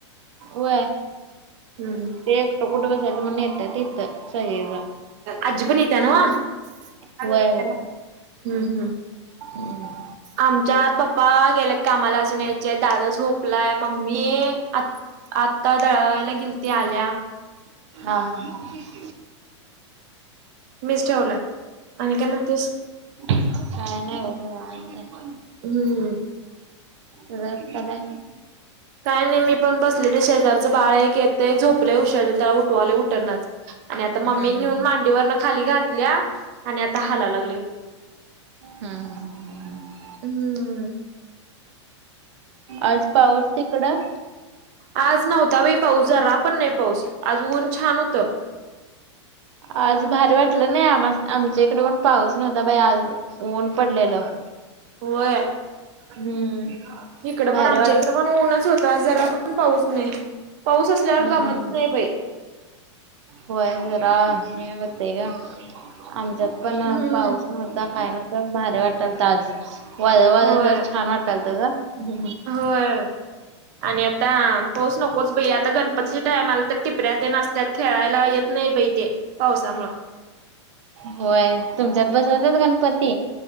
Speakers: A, on the right (about 70°); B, on the right (about 35°).
A: व?
B: हम्म.
A: ते एकटो कुठ साहित म्हण येत इथं सगज.
B: आजी पण येता ना व
A: व्हय
B: हम्म
A: व्हय
B: हम्म.
A: हम्म.
B: आमच्यात पप्पा गेलेत कामाला अजून यायचे दादा झोपलाय मम्मी आ आता दळायला गेलती आल्या.
A: हा हा ह.
B: मीच ठेवला आणि काय म्हणतेस.
A: काय नाही एव मानत.
B: हम्म
A: सगळ चला.
B: काय नाही मी पण बसले ते शेजारचं बाळ एक येतय झोपले उशज त्याला उठवाले उटनणारच. आणि आता मम्मी
A: हम्म हम्म
B: नेऊन मांडीवरन खाली घातल्या आणि आता हाला लागलंय
A: हम्म हम्म हम्म हम्म
B: हम्म
A: आज पाऊस तिकडं
B: आज नव्हता बाई पाऊस जरा पण नाही पाऊस आज ऊन छान होतं
A: आज भारी वाटलं नाही आम आमच्या इकडे पण पाऊस नव्हता बाई आज ऊन पडलेलं
B: होय
A: हम्म
B: इकड
A: भारी
B: पण आमच्या
A: वाट
B: इकडे इथ पण ऊनच होत जरा पण पाऊस नाही पाऊस असल्यावर
A: हम्म
B: गमत नाही बाई
A: होय जरा मी होते ग आमच्या पण
B: हम्म
A: पाऊस नव्हता काय नव्हतं तर भारी वाटालतं आज वाळ वाळ
B: होय
A: जरा छान वाटालत ग
B: वर आणि आता पाऊस नकोच बाई आता गणपतीच्या टायमाला तर टिपऱ्या तेन असत्यात त्यात खेळायला येत नाही बाई ते पावसामुळ
A: होय तुमच्यात बसवतात गणपती?